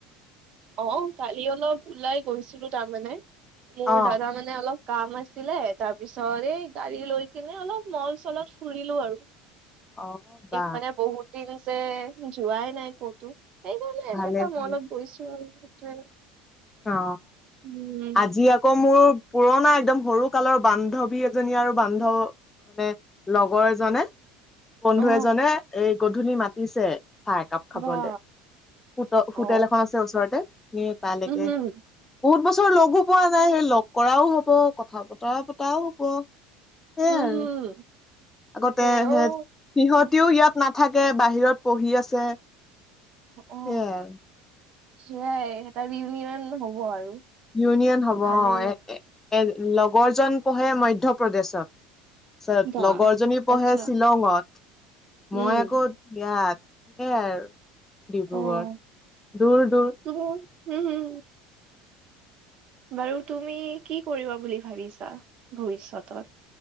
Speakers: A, on the right; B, on the left.
A: অ কালি অলপ ওলাই গৈছিলো তাৰমানে মোৰ
B: অ
A: দাদা মানে মানে অলপ কাম আছিলে তাৰ পিছত এই গাড়ী লৈ কিনে অলপ মল চলত ফুৰিলো আৰু
B: অ বা
A: মানে বহুত দিন হৈছে যোৱাই নাই ক'তো সেইকাৰণে এনেকা
B: ভালে ভালে
A: মলত গৈছো আৰু সেইটোৱে
B: অ
A: উম
B: আজি আকৌ মোৰ পুৰণা একদম সৰু কালৰ বান্ধৱী এজনী আৰু বান্ধৱ মানে লগৰ এজনে বন্ধু
A: অ
B: এজনে এই গধূলি মাতিছে চাহ একাপ খাবলে
A: বা
B: হোট
A: অ
B: হোটেল এখন আছে ওচৰতে হেই তালেকে
A: উম হুম
B: বহুত বছৰ লগো পোৱা নাই সেই লগ কৰাও হব কথা বতৰা পতাও হব সেইয়াই
A: উম
B: আৰু
A: হুম সেইটোৱে
B: আগতে সে
A: অ
B: সিহঁতিও
A: অ
B: ইয়াত নাথাকে বাহিৰত পঢ়ি আছে
A: অ
B: সেয়াই
A: সেইয়াই এটা ইউনিয়ন হ'ব আৰু
B: ইউনিয়ন হ'ব
A: ভালে
B: অ এ এ এ লগৰ জন পঢ়ে মধ্য প্ৰদেশত তাছত
A: বাহ
B: লগৰ জনী পঢ়ে
A: আচ্ছা
B: শ্বিলঙত
A: উম
B: মই আকৌ ইয়াত সেয়াই আৰু ডিব্ৰুগড়ত
A: অ
B: দূৰ দূৰ
A: তুমি হম হম বাৰু তুমি কি কৰিবা বুলি ভাবিছা ভৱিষ্যতত